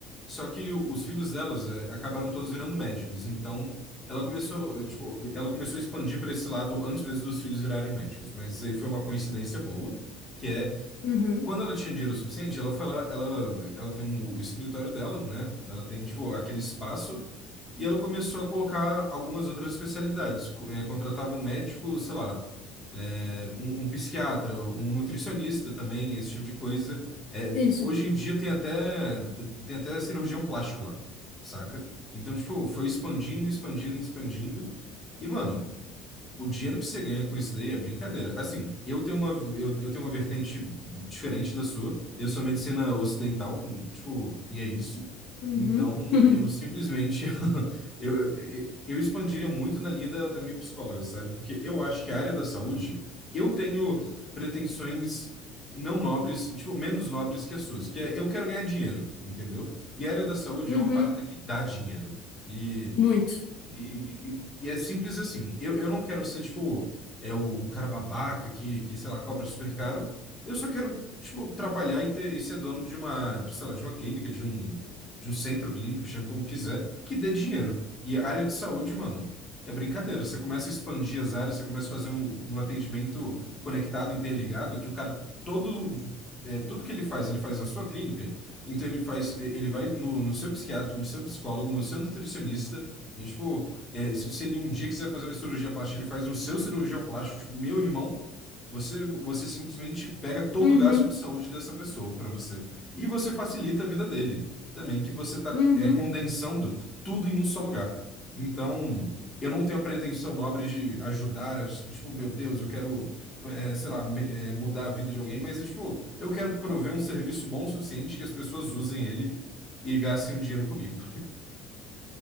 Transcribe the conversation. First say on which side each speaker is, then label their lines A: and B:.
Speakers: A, on the left; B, on the left.
A: só que os filhos delas é, acabaram todos virando médicos, então ela começou, tipo, ela começou a expandir para esse lado antes mesmo dos filhos virarem médicos, mas aí foi uma coincidência boa, que é
B: uhum,
A: quando ela tinha dinheiro suficiente, ela foi lá, ela, ela tem um- o escritório dela, né? Ela tem, tipo, aquele espaço e ela começou a colocar algumas outras especialidades. Co- eh, Contratava um médico, sei lá, eh, um, um psiquiatra, um nutricionista também, esse tipo de coisa. Eh,
B: isso.
A: hoje em dia tem até, tem até cirurgião plástico lá, saca? Então, tipo, foi expandindo, expandindo, expandindo. E, mano, o dinheiro que você ganha com isso daí é brincadeira. Assim, eu tenho uma, eu, eu tenho uma vertente diferente da sua. Eu sou medicina ocidental, hum, tipo, e é isso.
B: Uhum,
A: Então,
B: <laughs>
A: eu simplesmente <laughs> eu, eu, eu expandiria muito na linha da, da minha psicóloga, sabe? Porque eu acho que a área da saúde, eu tenho pretensões não nobres, tipo, menos nobres que as suas, que é eu quero ganhar dinheiro, entendeu? E a área da saúde
B: uhum,
A: é uma parada que dá dinheiro. e
B: muito.
A: e, e- e é simples assim. Eu, eu não quero ser, tipo, é o, o cara babaca que, que, sei lá, cobra super caro. Eu só quero, tipo, trabalhar e ter, e ser dono de uma, de, sei lá, de uma clínica, de um, de um centro clínico, chame como quiser, que dê dinheiro. E a área de saúde, mano, é brincadeira. Você começa a expandir as áreas, você começa a fazer um, um atendimento conectado, interligado, que o cara todo. É, tudo que ele faz, ele faz na sua clínica. Então ele faz, ele vai no, no seu psiquiatra, no seu psicólogo, no seu nutricionista. E, tipo, é, se se ele um dia quiser fazer uma cirurgia plástica, ele faz no seu cirurgião plástico, tipo, meu irmão, você, você simplesmente pega todo
B: Uhum,
A: o gasto de saúde dessa pessoa para você. E você facilita a vida dele também, que você tá,
B: uhum.
A: é, condensando tudo em um só lugar. Então, eu não tenho a pretensão nobre de ajudar, as- tipo, meu Deus, eu quero, é, sei lá, me- é, mudar a vida de alguém, mas, é, tipo, eu quero prover um serviço bom o suficiente que as pessoas usem ele e gastem um dinheiro comigo.